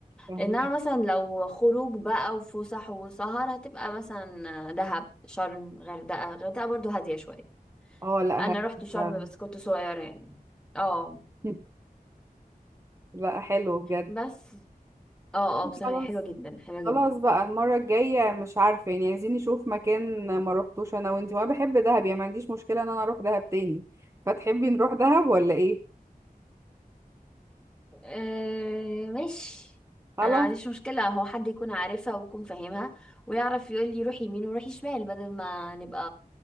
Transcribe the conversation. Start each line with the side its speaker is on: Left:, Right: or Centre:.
Right: فهمي
Centre: انها مثلا لو خروج بقى وفسح وسهر هتبقى مثلا دهب شرم غردقة غردقة برضو هادية شوية
Right: اه لا
Centre: انا
Right: ه-
Centre: رحت شرم
Right: فعلا
Centre: بس كنت صغيرة يعني اه
Right: <laughs> لا حلو بجد
Centre: بس اه اه بصراحة
Right: خلاص
Centre: هي حلوة جدا حلوة جدا
Right: خلاص بقى المرة الجاية مش عارفة يعني عايزين نشوف مكان ما رحتوش انا وانتي وانا بحب دهب يعني ما عنديش مشكلة ان انا اروح دهب تاني فتحبي نروح دهب ولا ايه
Centre: آه ماشي
Right: خلاص
Centre: انا ما عنديش مشكلة هو حد يكون عارفها ويكون فاهمها ويعرف يقول لي روحي يمين وروحي شمال بدل ما نبقى